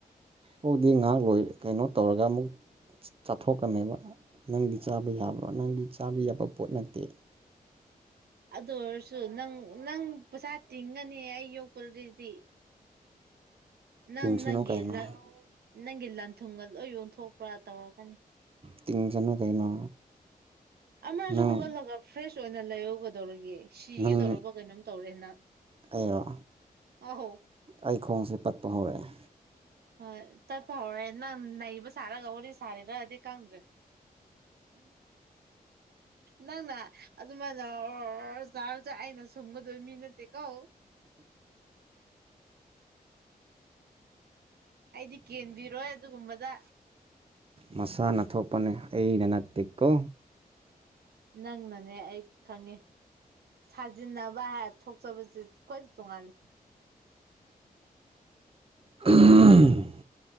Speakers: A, on the right; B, on the right.
A: ꯑꯣꯛꯛꯇꯤ ꯉꯥꯏꯍꯥꯛ ꯂꯣꯏ ꯀꯩꯅꯣ ꯇꯧꯔꯒ ꯑꯃꯨꯛ ꯆꯥꯊꯣꯛꯀꯅꯦꯕ ꯅꯪꯗꯤ ꯆꯥꯕ ꯌꯥꯕ꯭ꯔꯣ ꯅꯪꯗꯤ ꯆꯥꯕ ꯌꯥꯕ ꯄꯣꯠ ꯅꯠꯇꯦ
B: ꯑꯗꯨ ꯑꯣꯏꯔꯁꯨ ꯅꯪ ꯅꯪ ꯄꯩꯁꯥ ꯇꯤꯡꯒꯅꯤ ꯑꯩ ꯌꯣꯛꯄꯗꯨꯗꯤ ꯅꯪ
A: ꯇꯤꯡꯁꯅꯨ
B: ꯅꯪꯒꯤ
A: ꯀꯩꯅꯣ
B: ꯅꯪꯒꯤ ꯂꯟ ꯊꯨꯡꯒ ꯂꯣꯏ ꯌꯟꯊꯣꯛꯄ꯭ꯔꯥ ꯇꯧꯔꯛꯀꯅꯤ
A: ꯇꯤꯡꯁꯅꯨ ꯀꯩꯅꯣ
B: ꯑꯃꯁꯨ
A: ꯅꯪ
B: ꯍꯧꯒꯠꯂꯒ ꯐ꯭ꯔꯦꯁ ꯑꯣꯏꯅ ꯂꯩꯍꯧꯒꯗꯧꯔꯒ ꯁꯤꯒꯦ
A: ꯅꯪ
B: ꯇꯧꯔꯕ ꯀꯩꯅꯣꯝ ꯇꯧꯔꯦꯅ
A: ꯑꯩꯔꯣ
B: ꯑꯍꯧ
A: ꯑꯩ ꯈꯣꯡꯁꯦ ꯄꯠꯄ ꯍꯧꯔꯛꯑꯦ
B: ꯍ ꯇꯠꯄ ꯍꯧꯔꯦ ꯅꯪ ꯅꯩꯕ ꯁꯥꯔꯒꯧꯍꯔꯤ ꯁꯥꯔꯦꯔ ꯗꯤ ꯀꯗ꯭ꯔꯦ ꯅꯪꯅ ꯑꯗꯨꯃꯥꯏꯅ ꯆꯖꯥꯔꯁꯨ ꯑꯩꯅ ꯁꯨꯝꯒꯗꯣꯏ ꯃꯤ ꯅꯠꯇꯦ ꯀꯣ ꯑꯩꯗꯤ ꯀꯦꯟꯕꯤꯔꯣꯏ ꯑꯗꯨꯒꯨꯝꯕꯗ
A: ꯃꯁꯥꯅ ꯊꯣꯛꯄꯅꯦ ꯑꯩꯅ ꯅꯠꯇꯦꯀꯣ
B: ꯅꯪꯅꯅꯦ ꯑꯩ ꯈꯪꯉꯦ ꯁꯥꯖꯤꯟꯅꯕ ꯍꯥꯏ ꯊꯣꯛꯆꯕꯁꯤ ꯀ ꯇꯧꯉꯦ
A: ꯎꯥ